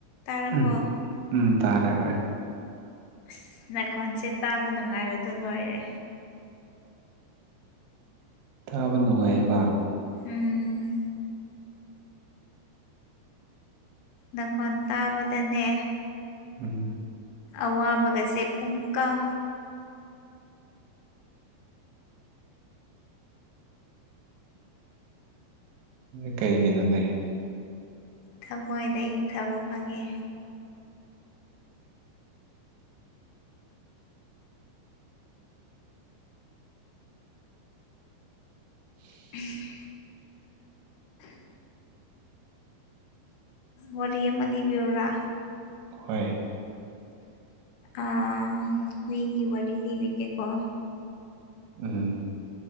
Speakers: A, on the left (about 85°); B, on the right (about 85°).
A: ꯇꯥꯔꯕꯣ
B: ꯎꯝ ꯎꯝ ꯇꯥꯔꯦ ꯍꯣꯏ
A: ꯑꯁ ꯅꯥꯈꯣꯟꯁꯦ ꯇꯥꯕ ꯅꯨꯡꯉꯥꯏꯕꯗꯣ ꯂꯣꯏꯔꯦ
B: ꯇꯥꯕ ꯅꯨꯡꯉꯥꯏꯑꯦꯕ
A: ꯎꯝ ꯅꯈꯣꯟ ꯇꯥꯕꯗꯅꯦ
B: ꯎꯝ
A: ꯑꯋꯥꯕꯒꯁꯦ ꯄꯨꯡꯀꯥꯎ
B: ꯑꯗꯨ ꯀꯩꯒꯤꯅꯣꯅꯦ
A: ꯊꯃꯣꯏꯗ ꯏꯪꯊꯕ ꯐꯪꯉꯦ
B: <inaudible>
A: <inaudible> ꯋꯥꯔꯤ ꯑꯃ ꯂꯤꯕꯤꯌꯨꯔꯥ
B: ꯍꯣꯏ
A: ꯑꯥ ꯍꯨꯏꯒꯤ ꯋꯥꯔꯤ ꯂꯤꯕꯤꯒꯦꯀꯣ
B: ꯎꯝ